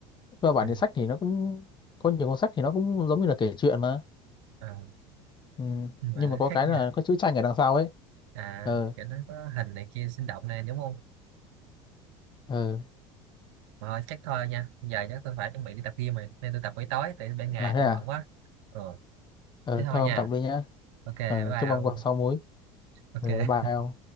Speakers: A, on the left; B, on the right.
A: cơ bản
B: ừ.
A: thì sách thì nó cũng có nhiều cuốn sách thì nó cũng giống như là kể chuyện mà
B: à,
A: ừ.
B: nhưng mà
A: nhưng
B: nó
A: mà có
B: khác
A: cái
B: nha
A: là có chữ tranh ở đằng sau ấy
B: à
A: ờ
B: kiểu nó có hình này kia sinh động này đúng không
A: ờ
B: mà thôi, chắc thôi nha giờ chắc tôi phải chuẩn bị đi tập gym rồi nên tôi tập buổi tối tại ban ngày
A: à thế
B: tôi bận
A: à
B: quá ừ
A: ờ
B: thế thôi
A: thôi
B: nha
A: ông tập đi nhá
B: ok bye
A: ờ
B: bye
A: chúc
B: ông
A: ông có sáu múi
B: ok
A: ờ bye ông